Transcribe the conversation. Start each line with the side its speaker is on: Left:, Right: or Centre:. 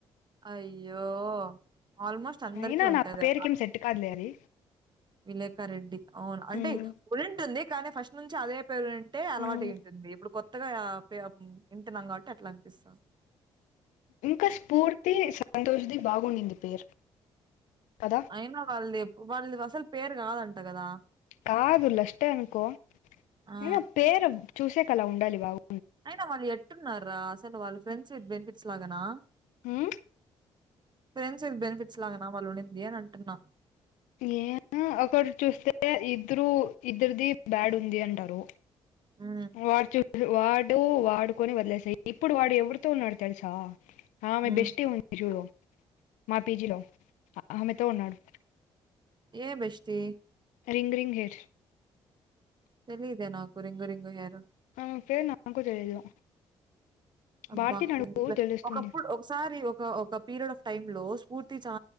Right: అయ్యో ఆల్మోస్ట్ అందరికీ
Left: అయినా
Right: ఉంటది
Left: నా పేరుకేమి సెట్ కాదులే అది
Right: విలేకా రెడ్డి అవును అంటే
Left: ఉమ్
Right: ఉండింటుంది కానీ ఫస్ట్ నుంచి అదే పేరు ఉండింటే అలవాటు
Left: ఉమ్
Right: అయ్యుంటుంది ఇప్పుడు కొత్త కొత్తగా యా పాయ ఉ వింటున్నాం కాబట్టి అట్లా అనిపిస్తుంది
Left: ఇంకా స్ఫూర్తి సంతోషది బాగునింది పేరు కదా
Right: అయినా వాళ్ళేద్ వాళ్ళ అసలు పేరు కాదంట కదా
Left: కాదు లష్టే అనుకో
Right: ఆ!
Left: అయిన పేరు చూసేక అలా ఉండాలి వావు
Right: అయినా వాళ్ళు ఎట్ నా రా అసలు వాళ్ళ ఫ్రెండ్స్ విత్ బెనిఫిట్స్ లాగానా
Left: హ్మ్మ్
Right: ఫెడ్స్ది బెనిఫిట్స్ లా గా వాళ్ళు ఉండేది అదే అంటున్న
Left: ఏ ఒకరు చూస్తే ఇద్దరు ఇద్దరిది బ్యాడ్ ఉంది అంటారు
Right: హ్మ్.
Left: వార్ చ వార్డ్ వాడు వాడుకొని వదిలేసాయి ఇప్పుడు వాడు ఎవరితో ఉన్నాడు తెలుసా ఆమె
Right: హ్మ్.
Left: బెస్టి ఉంది చూడు మా పీజీలో ఆమెతో ఉన్నాడు
Right: ఏ బెష్టి
Left: రింగ్ రింగ్ హెయిర్
Right: తెలియదే నాకు రింగు రింగు హెయిర్
Left: ఆమె పేరు నాకు తెలియదు
Right: అబ్బా
Left: భారతి నడుపు
Right: ఎందుకులే
Left: తెలుస్తుంది
Right: ఒకప్పుడు ఒకసారి ఒక ఒక పీరియడ్ ఆఫ్ టైమ్ లో పూర్తి చా